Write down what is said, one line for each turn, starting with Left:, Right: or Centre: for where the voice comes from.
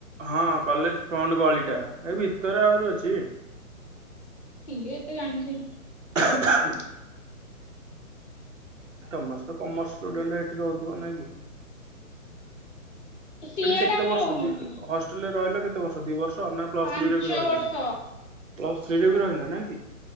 Right: ହଁ କଲେଜ ଫ୍ରଣ୍ଟ ଗଳିଟା ଏ ଭିତରେ ଆହୁରି ଅଛି
Left: କିଏ ଏତେ ଜାଣିଛି?
Right: ଖାଁ ତମର ତ କମର୍ସ ଷ୍ଟୁଡେଣ୍ଟ ଏଇଠି ରହୁଥିବ ନାଇଁ କି
Left: ସିଆଡେ
Right: ଏଠି କେତେ
Left: ଆମେ
Right: ବର୍ଷ
Left: ରହୁନଥିଲୁ
Right: ଦି ହଷ୍ଟେଲରେ ରହିଲେ କେତେ ବର୍ଷ ଦି ବର୍ଷ ନା ପ୍ଲସ୍
Left: ପାଞ୍ଚ
Right: ଥ୍ରୀରେ ବି ରହିଥିଲା
Left: ବର୍ଷ।
Right: ପ୍ଲସ୍ ଥ୍ରୀରେ ବି ରହିଲା ନାଇଁ କି